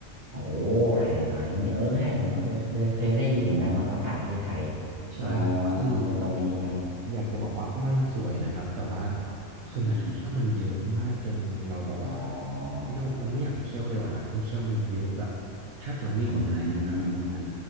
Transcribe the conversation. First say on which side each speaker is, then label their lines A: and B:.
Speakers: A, on the right (about 50°); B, on the right (about 75°).
A: โอ้ถ่ายถ่ายที่นี่เออใช่ผมเคยเคยเคยได้ยินอยู่นะว่าเขาถ่ายที่ไทย
B: ใช่ครับคือ
A: อ๋อเป็นตรงนี้ใช่ไหม
B: อยากจะบอกว่ามันสวยนะครับแต่ว่าคือนักท่องเที่ยวมันเยอะมากจนเราแบบว่าเฮ้ยเราเราไม่อยากเที่ยวเลยว่ะนักท่องเที่ยวมันเยอะแบบแทบจะไม่มีคนไทยเลยครับในตรงนั้น
A: อืมอ๋ออืม